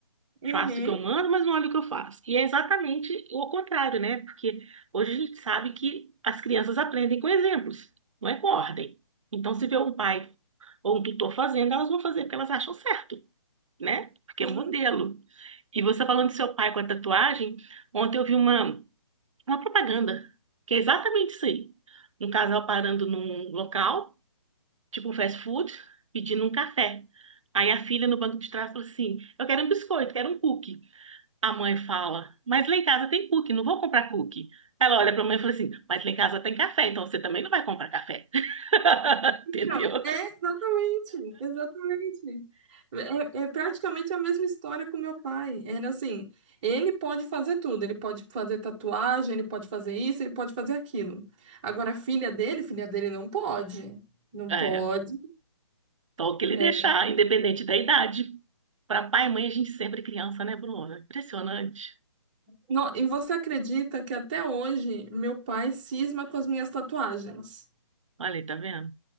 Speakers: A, on the right (about 20°); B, on the right (about 80°).
A: Uhum.
B: Faço o que eu mando, mas não olho o que eu faço. E é exatamente o contrário, né? Porque hoje a gente sabe que as crianças aprendem com exemplos, não é com ordem. Então, se vê um pai ou um tutor fazendo, elas vão fazer porque elas acham certo, né? Porque
A: Sim.
B: é um modelo. E você falando do seu pai com a tatuagem, ontem eu vi uma. Uma propaganda, que é exatamente isso aí. Um casal parando num local, tipo um fast food, pedindo um café. Aí a filha no banco de trás fala assim: Eu quero um biscoito, quero um cookie. A mãe fala: Mas lá em casa tem cookie, não vou comprar cookie. Ela olha para a mãe e fala assim: Mas lá em casa tem café, então você também não vai comprar café. <laughs> Entendeu?
A: Não, é exatamente, exatamente. É, é praticamente a mesma história com meu pai. Era assim, ele pode fazer tudo, ele pode fazer tatuagem, ele pode fazer isso, ele pode fazer aquilo. Agora, a filha dele, filha dele não pode. Não
B: É,
A: pode.
B: só o que ele
A: É.
B: deixar, independente da idade. Para pai e mãe, a gente sempre é criança, né, Bruna? Impressionante.
A: Não, e você acredita que até hoje meu pai cisma com as minhas tatuagens?
B: Olha aí, tá vendo?